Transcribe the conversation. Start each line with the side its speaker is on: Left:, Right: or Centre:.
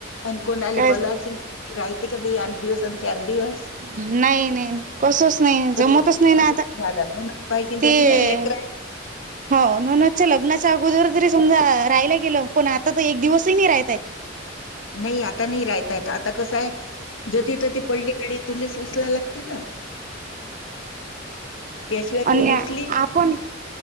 Left: आणि कोण आले
Right: काय
Left: बला असशल राहते का बी आठ दिवस आणि चार दिवस.
Right: नाही, नाही नाही, कसच नाही,
Left: कोणी
Right: जमतच
Left: राहते,
Right: नाही ना आता,,
Left: कोणी राहतात. म्हणून पाहिजे
Right: तेऽ
Left: तर तिलेही लेकरं
Right: हो, नूनच्या लग्नाच्या अगोदर तरी समजा,,, राहाला गेलं, पण आताऽ आता तर एक दिवसही नाही राहताय.
Left: नाही आता नाही राहता येत. आता कसंय,, जती तती पडली काडी तुलाच उचला लागते ना. त्याशिवाय
Right: अनी
Left: कोण उचलीत
Right: आपण,